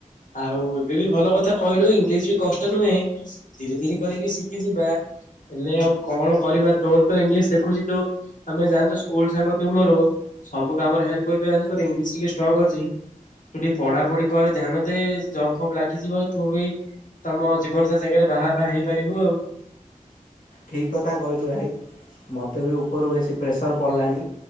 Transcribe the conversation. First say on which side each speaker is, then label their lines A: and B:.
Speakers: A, on the left; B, on the left.
A: ଆଉ ଏବେ ବି ଭଲ କଥା କହିଲୁ ଇଂଲିଶ ବି କଷ୍ଟ ନୁହେଁ। ଧୀରେ ଧିରେ କରିକି ଶିଖି ଯିବା ହେଲେ ଆଉ କଣ? କରିବା ତୋର ତ ଇଂଲିଶ ଦେଖୁଛି ତୁ ଆମେ ଜାଣିଛୁ ସ୍କୁଲ ସାଙ୍ଗ ତୁ ମୋର ସବୁ କାମରେ ହେଲ୍ପ କ ମୁଁ ଜାଣିଛି ତୋର ଇଂଲିଶ ଟିକେ ଷ୍ଟ୍ରଙ୍ଗ୍ ଅଛି। ତୁ ଟିକେ ପଢାପଢି କରେ, ଧ୍ୟାନ ଦେ, ଜବ୍ ଫବ୍ ଲାଗିଯିବ ତୁ ବି ତୋମ ଜୀବନ <unintelligible> ସାଙ୍ଗରେ ବାହା ଫାହା ହେଇପାରିବୁ ଆଉ।
B: ଠିକ କଥା କହିଲୁ ଭାଇ। ମୋତେ ବି ଉପରୁ ବେଶୀ ପ୍ରେସର୍ ପଡ଼ିଲାଣି।